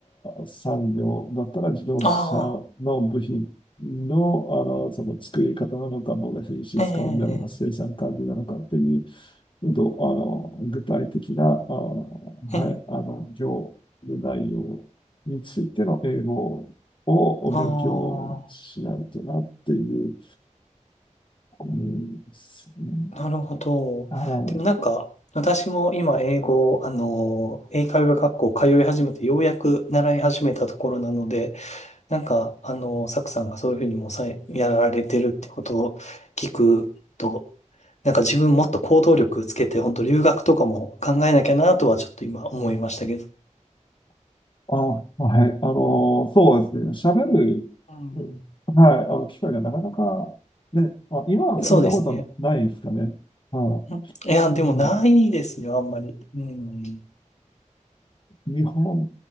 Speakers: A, on the left; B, on the left.
A: 産業だったら、自動車の部品の、
B: あ
A: あの、その作り方なのか、もの品質管理なのか、
B: あ。ええ。
A: 生産管理なのかっていう、と、あの、具体的な、あ、はい、
B: ええ。
A: あの、業務内容についての英語をお勉強しないとなっていう、
B: あ
A: うん、ですね。
B: あ。なるほど。
A: はい
B: でもなんか、私も今英語、あの、英会話学校通い始めて、ようやく習い始めたところなので、なんか、あの、サクさんがそういうふうにもうさい、やられてるってことを聞くと、なんか自分もっと行動力つけて、本当留学とかも考えなきゃなとはちょっと今思いましたけど。
A: あ、はい。あの、そうですね。喋る、
B: うん。
A: はい、あの、機会がなかなか、ね、あ、今はそんなことないですかね。
B: そうですね。
A: は
B: うんいや、
A: い。
B: でもないですよ、
A: うん。
B: あんまり。うん。
A: 日本っ